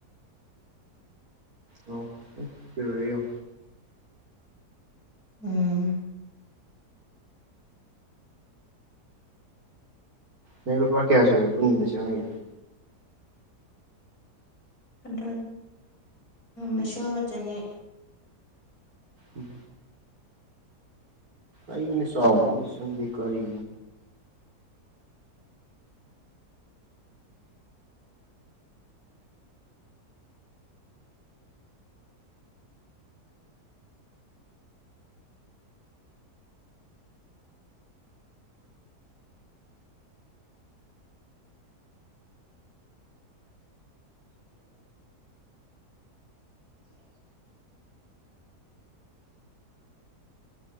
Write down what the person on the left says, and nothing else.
ꯎꯝ
ꯑꯗꯨꯒ ꯂꯤꯁꯤꯡ ꯑꯃ ꯆꯅꯤ
<inaudible> ꯎꯝ